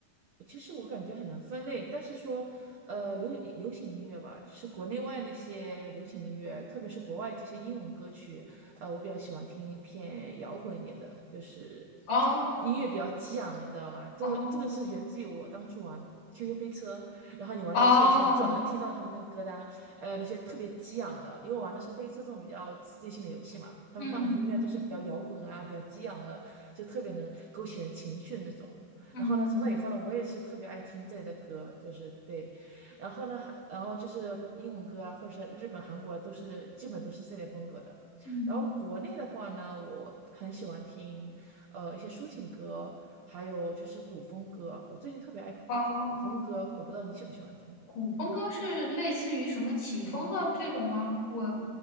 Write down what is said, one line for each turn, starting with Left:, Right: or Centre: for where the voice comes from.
Right: 其实我感觉很难分类，但是说，呃，流流行音乐吧，就是国内外那些流行音乐，特别是国外这些英文歌曲，呃，我比较喜欢听偏摇滚一点的，就是
Left: 哦
Right: 音乐比较激昂的，你知道吗？这个这个是源自于我当初玩
Left: 哦
Right: QQ 飞车，然后你玩游戏的时候，
Left: 哦，
Right: 你总能听到他们那个歌单，呃，那些特别激昂的，因为我玩的是飞车这种比较刺激性的游戏嘛，他们放的音乐都是比较摇滚啊，
Left: 嗯
Right: 比较激昂的，就特别能勾起人情绪的那种。
Left: 嗯
Right: 然后呢，从那以后呢，我也是特别爱听这类的歌，就是对，然后呢，还然后就是英文歌啊，或者是日本、韩国都是基本都是这类风格的。
Left: 嗯，
Right: 然后国内的话呢，我很喜欢听呃一些抒情歌，还有就是古风歌。我最近特别爱听古风歌，
Left: 哦，
Right: 我不知道你喜不喜欢听。
Left: 古风歌是类似于什么起风了这种吗？我